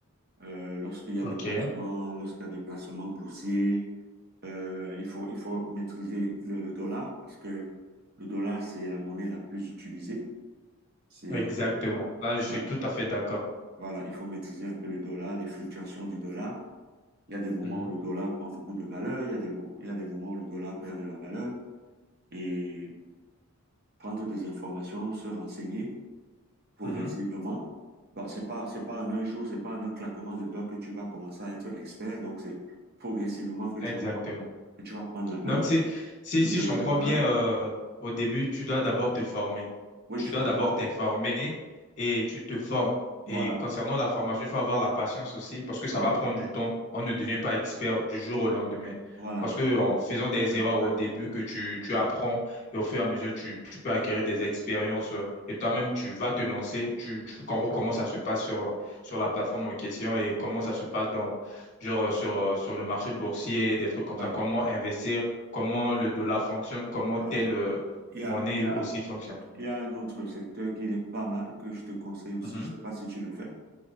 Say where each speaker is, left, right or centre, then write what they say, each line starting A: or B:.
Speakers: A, on the right; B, on the left.
A: euh, lorsqu'il y a
B: OK.
A: des placements, lorsqu'il y a des placements boursiers Euh, il faut, il faut maîtriser le, le dollar parce que le dollar, c'est la monnaie la plus utilisée. C'est,
B: Exactement. Là,
A: voilà,
B: je suis tout à fait d'accord.
A: voilà, il faut maîtriser un peu le dollar, les fluctuations du dollar. Il y a des moments
B: Mhm.
A: où le dollar prend beaucoup de valeur, il y a des, mo- il y a des moments où le dollar perd de la valeur. Et prendre des informations, se renseigner progressivement.
B: Mhm.
A: Bon, c'est pas, c'est pas en un jour, c'est pas en un claquement de doigts que tu vas commencer à être expert. Donc, c'est progressivement que tu
B: Exactement.
A: vas prendre, que tu vas prendre la main
B: Donc, c'est, si,
A: et
B: si
A: que,
B: je comprends
A: voilà.
B: bien, euh, au début, tu dois d'abord te former.
A: Oui,
B: Tu
A: tu
B: dois
A: te
B: d'abord
A: formes.
B: t'informer et tu te formes.
A: Voilà,
B: Et concernant la formation, il faut avoir la patience aussi parce que ça
A: voilà,
B: va prendre du temps. On ne devient pas expert du jour au lendemain.
A: voilà.
B: Parce que en faisant des
A: Exact-
B: erreurs au début que tu, tu apprends et au fur et à mesure, tu, tu peux acquérir des expériences euh, et toi-même, tu vas te lancer. Tu, tu comprends comment ça se passe sur, sur la plateforme en question et comment ça se passe dans, genre, euh, sur, euh, sur le marché boursier, des trucs comme
A: ouais,
B: ça, comment investir comment le dollar fonctionne, comment
A: voilà.
B: telle euh,
A: Il y
B: monnaie
A: a, il y a,
B: aussi fonctionne.
A: il y a un autre secteur qui est pas mal, que je te conseille aussi.
B: Mhm.
A: Je sais pas si tu le fais.